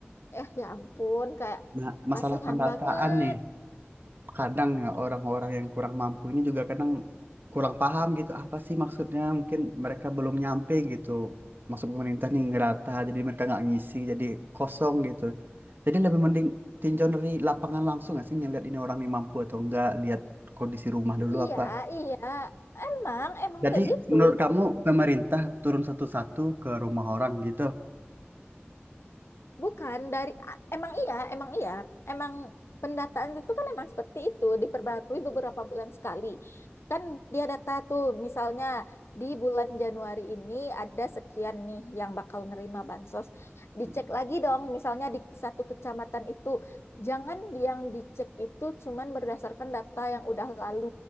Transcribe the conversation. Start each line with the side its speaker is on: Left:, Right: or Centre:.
Left: eh ya ampun kayak
Right: Nah, masalah
Left: kasihan
Right: pendataan
Left: banget.
Right: nih. kadang ya orang-orang yang kurang mampu ini juga kadang kurang paham gitu apa sih maksudnya mungkin mereka belum nyampe gitu maksud pemerintah nih ngerata jadi mereka nggak ngisi jadi kosong gitu jadi lebih mending tinjau dari lapangan langsung nggak sih ngeliat ini orang nih mampu atau enggak lihat kondisi rumah dulu
Left: Iya,
Right: apa
Left: iya. Emang emang
Right: jadi
Left: kayak gitu.
Right: menurut kamu pemerintah turun satu-satu ke rumah orang gitu
Left: Bukan dari a- emang iya, emang iya, emang pendataan itu kan emang seperti itu diperbarui beberapa bulan sekali. Kan dia data tuh misalnya di bulan Januari ini ada sekian nih yang bakal nerima bansos. Dicek
Right: Hmm,
Left: lagi dong misalnya di satu kecamatan itu. Jangan yang dicek itu cuman berdasarkan data yang udah lalu,